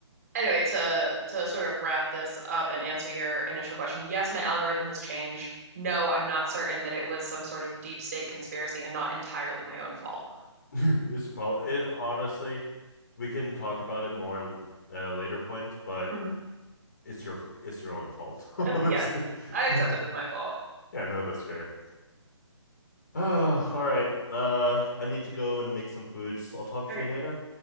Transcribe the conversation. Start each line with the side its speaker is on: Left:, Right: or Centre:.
Right: Anyway, to to sort of wrap this up and answer your initial question, yes, my algorithm has changed. No, I'm not certain that it was some sort of deep state conspiracy and not entirely my own fault.
Left: <laughs> it's probably it, honestly, we can talk about it more at a later point, but
Right: Mhm.
Left: it's your it's your own fault, <laughs> honestly.
Right: Yeah,
Left: <laughs>
Right: I accept
Left: yeah,
Right: that it's my fault.
Left: no, that's fair. <sighs> Oh, all right. Uh, I need to go and make some food. So I'll talk
Right: All
Left: to
Right: right.
Left: you later.